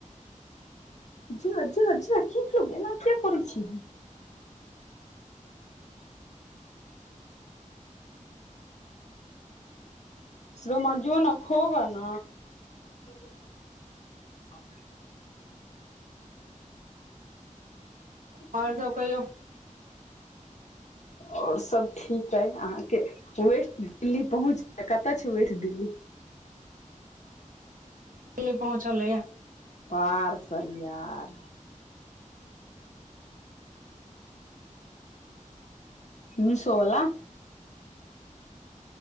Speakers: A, on the left; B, on the right.
A: जे झकझक लगे ने, किएक करै छी? रोमा जो ने खोग न। <inaudible>
B: आओर सभ कहियौ?
A: आओर सभ ठीक अइ अहाँकेँ वेस्ट दिल्ली पहुँच कतय छै वेस्ट दिल्ली
B: त पहुँच हले।
A: पार सही आर मिशो वला।